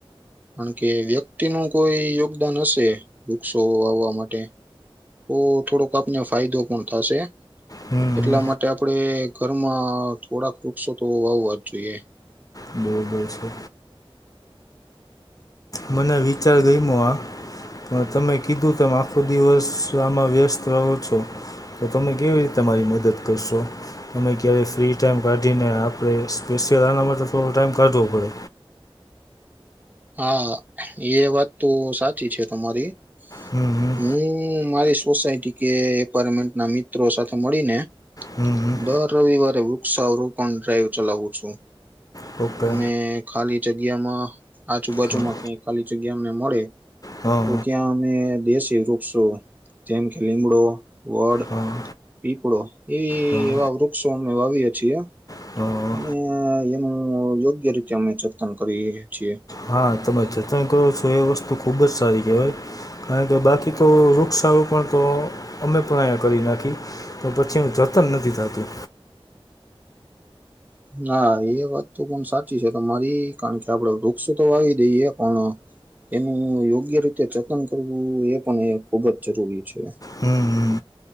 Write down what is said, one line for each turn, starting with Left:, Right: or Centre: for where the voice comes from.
Right: કારણ કે વ્યક્તિનું કોઈ યોગદાન હશે વૃક્ષો વાવવા માટે. તો થોડોક આપને ફાયદો પણ થાશે
Left: હમ
Right: એટલા માટે આપણે ઘરમાં થોડાક વૃક્ષો તો વાવવા જ જોઈએ.
Left: બરોબર છે. મને વિચાર ગયમો આ. પણ તમે કીધું તેમ આખો દિવસ આમાં વ્યસ્ત રહો છો. તો તમે કેવી રીતે મારી મદદ કરશો? તમે ક્યારેય ફ્રી ટાઈમ કાઢીને આપણે સ્પેશિયલ આના માટે થોડો ટાઈમ કાઢવો પડે.
Right: હા એ વાત તો સાચી છે તમારી.
Left: હમ
Right: હું મારી સોસાયટી કે એપાર્ટમેન્ટના મિત્રો સાથે મળીને
Left: હમ હમ
Right: દર રવિવારે વૃક્ષારોપણ ડ્રાઈવ ચલાવું છું.
Left: હમ ઓકે
Right: અમે ખાલી જગ્યામાં આજુબાજુમાં
Left: હા
Right: ક્યાંય ખાલી જગ્યા અમને મળે
Left: હા
Right: તો ત્યાં અમે દેશે રોપ વૃક્ષો જેમ કે લીમડો વડ,
Left: હા
Right: પીપળો એવી
Left: હા
Right: એવા વૃક્ષો અમે વાવીએ છીએ.
Left: હા
Right: અને એનું યોગ્ય રીતે અમે જતન કરીએ છીએ.
Left: હા તમે જતન કરો છો એ વસ્તુ ખુબ જ સારી કહેવાય. કારણ કે બાકી તો વૃક્ષારોપણ તો અમે પણ અહીંયા કરી નાખી. તો પછી હું જતન નથી થાતું.
Right: ના એ વાત તો પણ સાચી છે તમારી કારણ કે આપડે વૃક્ષો તો વાવી દઈએ પણ એનું યોગ્ય રીતે જતન કરવું એ પણ એ ખુબ જ જરૂરી છે.
Left: હમ હમ